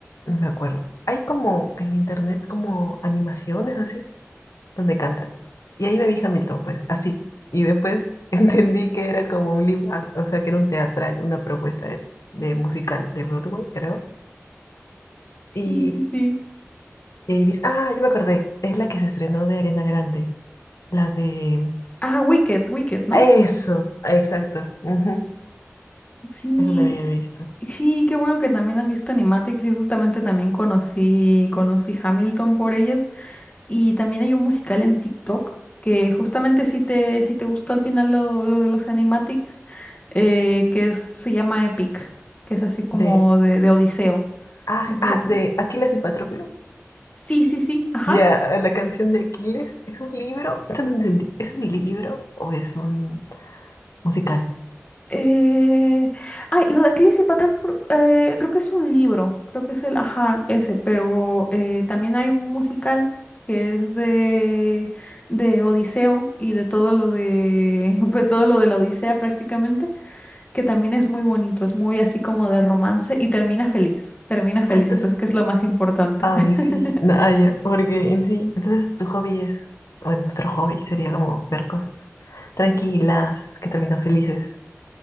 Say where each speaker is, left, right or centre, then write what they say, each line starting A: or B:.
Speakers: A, on the left; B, on the left.
A: no me acuerdo. Hay como en internet como animaciones así, donde cantan. Y ahí me vi Hamilton, pues, así. Y después <laughs> entendí que era como un live, ac- o sea, que era un teatral, una propuesta de, de musical de Broadway, creo. Y,
B: Sí, sí, sí.
A: y ahí vi, ah, yo me acordé, es la que se estrenó de Arena Grande, la de...
B: Ah, Wicked, Wicked, ¿no?
A: Eso, exacto. ujú,
B: Sí,
A: Eso también he visto.
B: sí, qué bueno que también has visto Animatics y justamente también conocí, conocí Hamilton por ellas. Y también hay un musical en TikTok que justamente si te, si te gustó al final lo, lo de los Animatics, eh, que es- se llama Epic, que es así como
A: De,
B: de, de Odiseo.
A: ah,
B: De-
A: ah, de Aquiles y Patroclo.
B: Sí, sí, sí, ajá.
A: Ya, la canción de Aquiles, ¿es un libro? Eso no entendí. ¿Es un libro o es un musical?
B: Eh, Ay, lo de Cleese y Patroclus creo, eh, creo que es un libro, creo que es el, ajá, ese, pero eh, también hay un musical que es de, de Odiseo y de todo lo de, <laughs> pues todo lo de la Odisea prácticamente, que también es muy bonito, es muy así como de romance y termina feliz, termina feliz,
A: Ah, entonces,
B: entonces, ¿qué es lo más importante?
A: ay,
B: <laughs>
A: sí, no, ah, ya, porque en sí, entonces tu hobby es, bueno, nuestro hobby sería como ver cosas tranquilas, que terminan felices,